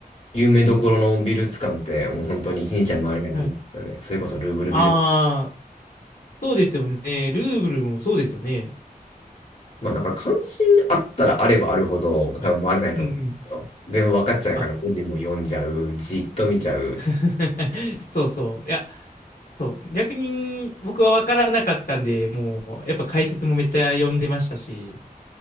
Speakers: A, on the left; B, on the left.
A: 有名どころの美術館ってもう本当に一日は回れないでいいんですよね。
B: はい。
A: それこそルーブル美術。
B: ああ、そうですよね。ルーブルもそうですよね。
A: まあなんか関心あったらあればあるほど多分回れないと思うんですよ。
B: うんうん。
A: 全部分かっちゃうから文字も読んじゃう。
B: あ
A: じっと見ちゃう。
B: <laughs> そうそう。いや、そう。逆に僕は分からなかったんで、もう、やっぱ解説もめっちゃ読んでましたし、